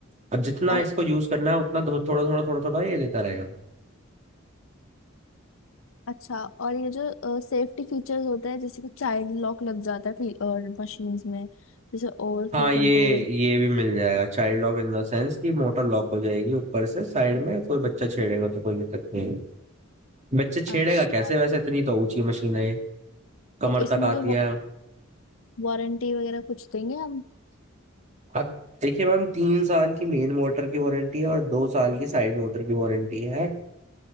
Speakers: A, on the right; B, on the left.
A: और जितना
B: और
A: इसको यूज करना है उतना थो- थोड़ा थोड़ा थोड़ा थोड़ा ये लेता रहेगा
B: अच्छा और ये जो सेफ्टी फीचर्स होते हैं जैसे कि चाइल्ड लॉक लग जाता है फी- और मशीन्स में जैसे ओवरफ्लो
A: हाँ ये
B: कंट्रोल
A: ये भी मिल जाएगा child lock in the sense कि मोटर लॉक हो जाएगी ऊपर से साइड में कोई बच्चा छेड़ेगा तो कोई दिक्कत नहीं बच्चे छेड़ेगा
B: अच्छा
A: कैसे वैसे इतनी तो ऊंची मशीन है ये, कमर
B: तो इसमें
A: तक आती
B: कोई
A: है
B: वारंटी वगैरह कुछ देंगे हम
A: हाँ, देखिए मैम तीन साल की मेन मोटर की वारंटी है और दो साल की साइड मोटर की वारंटी है